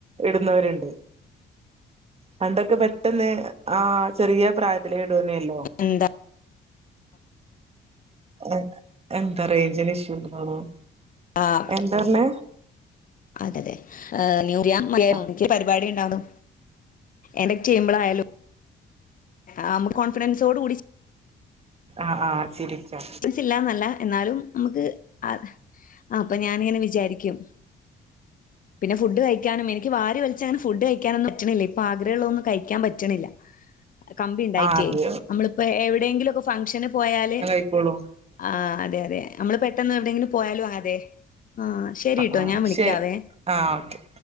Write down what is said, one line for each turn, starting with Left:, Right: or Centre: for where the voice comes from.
Right: ഇടുന്നവര്ണ്ട്. പണ്ടൊക്കെ പെട്ടെന്ന് ആഹ് ചെറിയ പ്രായത്തിലേ ഇടേന്യല്ലോ.
Left: എന്താ
Right: എ എന്താ റേഞ്ചിന് ഇഷ്യൂണ്ട് തോന്നുനു.
Left: ആഹ്.
Right: എന്താർഞ്ഞേ?
Left: അതെ തെ ഏ ന്യൂറിയ മലയാളി
Right: ആ
Left: പര്പാടിണ്ടാർന്നു, എഡിറ്റ് യ്യുമ്പളയാലും ആഹ് മ്മക്ക് കോൺഫിഡൻസോട് കൂടി
Right: ആഹ് ആഹ്. സിരിട്ടാ
Left: ദിച്ചിട്ടില്ല എന്നല്ല. എന്നാലും നമുക്ക് ആഹ് അപ്പൊ ഞാനിങ്ങനെ വിചാരിക്കും. പിന്നെ ഫുഡ് കഴിക്കാനും എനിക്ക് വാരി വലിച്ചങ്ങനെ ഫുഡ് കഴിക്കാനൊന്നു പറ്റണില്ല. ഇപ്പൊ ആഗ്രഹെള്ളതൊന്നും കഴിക്കാൻ പറ്റ്ണില്ല. കമ്പിണ്ടായിറ്റേ
Right: ആഹ് അത്
Left: അമ്മള്പ്പോ എവിടേങ്കിലൊക്കെ ഫംഗ്ഷന് പോയാല്
Right: ഇപ്പൊളും
Left: ആഹ് അതെ അതെ അമ്മള് പെട്ടെന്നെവ്ടെങ്കിലും പോയാലും. ആഹ് അതെ. ആഹ് ശെരിട്ടോ
Right: ആഹ്
Left: ഞാൻ വിളിക്കാവേ.
Right: ശെ ആഹ് ഓക്കെ.